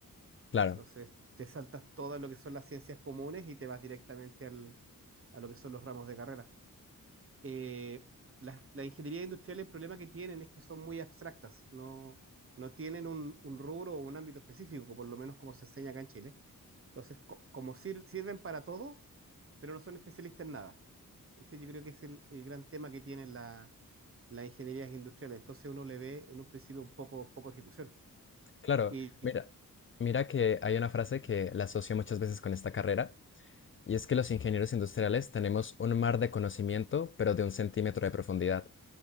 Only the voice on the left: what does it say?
Claro.
Claro,
mira,
mira que hay una frase que la asocio muchas veces con esta carrera, y es que los ingenieros industriales tenemos un mar de conocimiento, pero de un centímetro de profundidad.